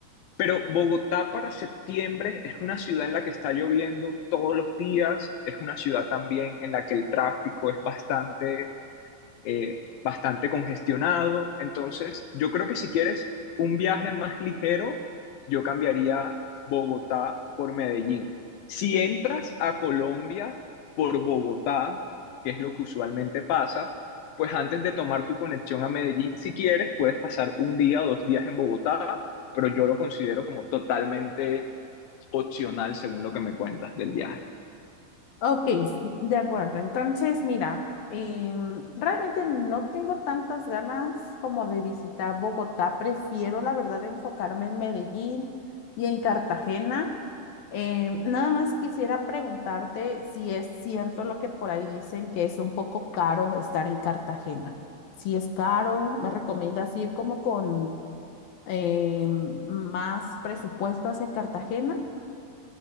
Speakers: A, on the left; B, on the left.
A: pero Bogotá para septiembre es una ciudad en la que está lloviendo todos los días, es una ciudad también en la que el tráfico es bastante eh, bastante congestionado. Entonces, yo creo que si quieres un viaje más ligero, yo cambiaría Bogotá por Medellín. Si entras a Colombia por Bogotá, que es lo que usualmente pasa, pues antes de tomar tu conexión a Medellín, si quieres, puedes pasar un día o dos días en Bogotá, pero yo lo considero como totalmente opcional según lo que me cuentas del viaje.
B: Ok, de acuerdo. Entonces, mira, em, realmente no tengo tantas ganas como de visitar Bogotá. Prefiero, la verdad, enfocarme en Medellín y en Cartagena. Em, nada más quisiera preguntarte si es cierto lo que por ahí dicen, que es un poco caro estar en Cartagena. Si es caro, ¿me recomiendas ir como con em, más presupuesto hacia Cartagena?